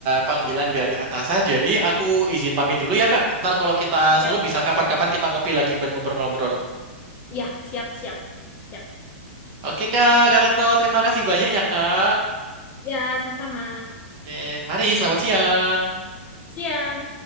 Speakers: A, on the right (about 40°); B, on the left (about 25°).
A: panggilan dari atasan, jadi aku izin pamit dulu ya Kak. Ntar kalau kita
B: Oke
A: selalu
B: oke,
A: bisa kapan-kapan kita ngopi lagi buat ngobrol-ngobrol.
B: ya siap siap siap.
A: Oke Kak, Kak Retno, terima kasih banyak ya Kak.
B: Ya sama-sama.
A: Oke, mari selamat siang.
B: Siang.